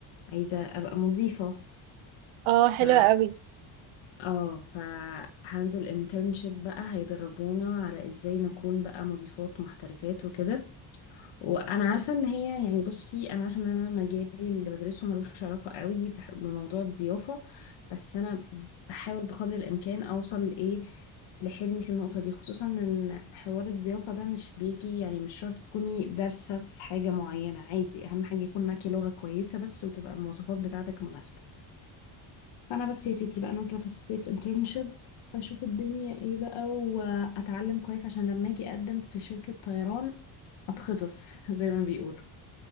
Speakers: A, on the left; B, on the right.
A: عايزة ابقى مضيفة
B: اه
A: ف
B: حلوه قوي
A: اه فهنزل انترنشيب بقى هيدربونا على ازاي نكون بقى مضيفات محترفات وكده وانا عارفه ان هي يعني بصي انا عارفه ان انا مجالي اللي بدرسه ملوش علاقه قوي بح- بموضوع الضيافه بس انا بحاول بقدر الامكان اوصل لايه لحلمي في النقطه دي خصوصا ان حوار الضيافه ده مش بيجي يعني مش شرط تكوني دارسه في حاجه معينه عادي اهم حاجه يكون معاكي لغه كويسه بس وتبقى المواصفات بتاعتك مناسبه فانا بس يا ستي بقى نازله في الصيف انترنشيب اشوف الدنيا ايه بقى واتعلم كويس عشان لما اجي اقدم في شركه طيران اتخطف زي ما بيقولوا